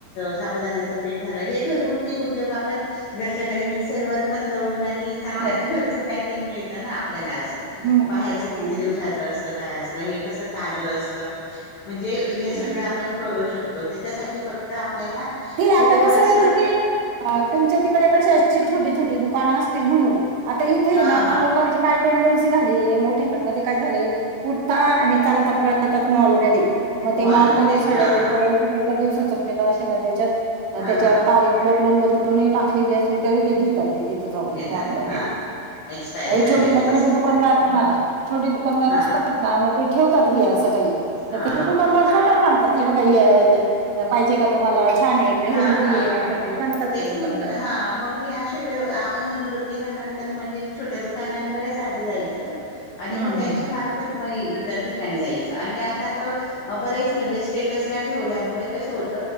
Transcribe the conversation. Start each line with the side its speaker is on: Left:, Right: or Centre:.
Left: साबुदाण्याचे पीठ झालं हे घरगुती उद्योग आपण घरच्या घरी मिक्सर पण दळून रच
Right: हो.
Left: पक मित आपल्याला अस
Right: हं.
Left: बाहेरच
Right: हं,
Left: किती
Right: हं.
Left: दिवसाच अस काय अस? हे कस ताज असत म्हणजे हे सगळ
Right: हं.
Left: आपण करू शकतो त्याच्यासाठी फक्त. आपल्याला
Right: ते
Left: थोडस
Right: आता कसं आहे तिथे तुमच्या तिकडे क. अशी छोटी छोटी दुकानं असतील म्हणून आता इथे
Left: हा
Right: ना
Left: हा
Right: लोकांचं काय? टेंडन्सी झाली मोठेमध्ये काय झालेय उठता आणि चालता पळतात मॉलमध्ये. मग ते
Left: मॉलमध्ये
Right: मॉलमध्येध्ये सडेल
Left: हा हा
Right: पडेल किती एका दिवसाचं पल असे ना त्याच्यात
Left: हा
Right: त्याच्यावर
Left: हा
Right: तारीख ब बदलून टाकलेली असली तरी ते घेतात ते तिथ जाऊन
Left: घेतात
Right: मॉलमध्ये
Left: हा एक्सपायरी
Right: ह
Left: झालेली
Right: छोटे ना
Left: असली
Right: छोटे दुकानदार
Left: तरी पण
Right: हा छोटे दुकानदार
Left: हा
Right: असतात ना मग ते ठेवतात हे असं काही
Left: हा
Right: तर ते
Left: हा
Right: तु का दर्शवत नाही. ते बघा हे आहे पाहिजे का तुम्हाला? छान आहे घरगुती
Left: हा हा
Right: आहे असं ते सांगतात
Left: तेच
Right: ते दुकानदार
Left: म्ह हा मग मी असे व आपण, तर म्हणजे छोट्या दुकानावरच आधी जायच आणि
Right: हम्म
Left: मग त्यांच्या मार्फत म इतर ठिकाणी जायच आणि आता तर बरेच. म्हणजे स्टेटसला ठेवल्यामुळेकस होत